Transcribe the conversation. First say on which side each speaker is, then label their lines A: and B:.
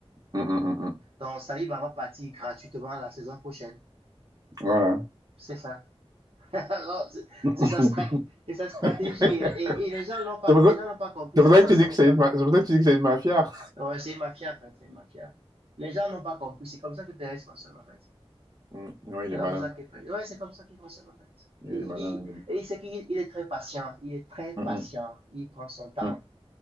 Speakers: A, on the right; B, on the right.
A: mm, mm, mm, mm. Mm, mm, mm, mm.
B: Donc, Saliba va partir gratuitement la saison prochaine.
A: Voilà.
B: C'est ça. <laughs>
A: <laughs>
B: c'est sa, strat sa, stratégie.
A: C'est
B: Et, et, et les gens n'ont pas,
A: pour
B: les
A: ça
B: gens n'ont pas compris
A: c'est
B: ça.
A: pour ça
B: ça
A: que tu dis que c'est une, ma- c'est pour ça que tu dis que c'est une mafia.
B: ouais, c'est mafia, en fait. C'est mafia. Les gens n'ont pas compris. C'est comme ça que Perez fonctionne, en fait.
A: Mm. Non, il
B: C'est
A: est
B: comme
A: malin.
B: ça qu'il ouais, c'est comme ça qu'il fonctionne, en fait.
A: Il
B: Il,
A: est malin.
B: il,
A: il est malin.
B: et c'est qu'il est très patient. Il est très patient.
A: Mm,
B: Il prend son temps.
A: mm, mm.